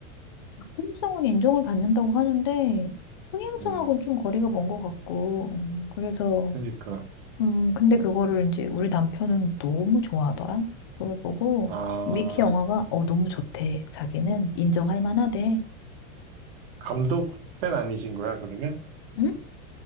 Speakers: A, on the left; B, on the right.
A: 통성은 인정을 받는다고 하는데 흥행성하고는
B: 음,
A: 좀 거리가 먼 것 같고 음, 그래서
B: 그러니까,
A: 음 근데 그거를 이제 우리 남편은 너무 좋아하더라 그걸 보고
B: 아,
A: 미키 영화가 어 너무 좋대 자기는 인정할 만하대
B: 감독 팬 아니신 거야, 그러면?
A: 응?